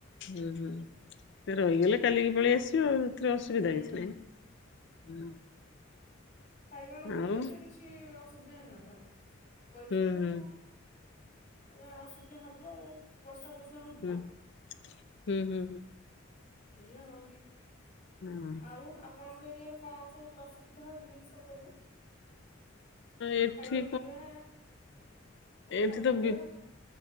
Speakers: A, on the left; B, on the left.
A: ହୁଁ ହୁଁ ରହିଗଲେ ଚାଲିକି ପଳେଇ ଆସିବ ଆଉ ହେଥିରେ ଅସୁବିଧା
B: ହୁଁ
A: କିଛି ନାହିଁ।
B: ସାଇ ଗଣେଷ
A: ଆଉ
B: ଥିଲେ ଏତେ କିଛି ଅସୁବିଧା ହେଇନଥାନ୍ତା କୁଆଖିଅ
A: ହୁଁ
B: ରୁ
A: ହୁଁ
B: ଏଇଆ ଅସୁବିଧା ହବ ଆଉ ବର୍ଷା ବର୍ଷା ହଉ
A: ହୁଁ ହୁଁ ହୁଁ ହୁଁ।
B: ଏଇଆ ଆଉ
A: ହୁଁ।
B: ଆଉ ଆପ୍ ଆପଣଙ୍କ ଏରିଆରେ କଣ ସବୁ ପ୍ରସିଦ୍ଧ ଜିନିଷ ସବୁ?
A: ଏଠି
B: ଖାଇବା ପିଇବା କୋଉ
A: ଏଇଠି
B: ଠାକୁର
A: ତ ବି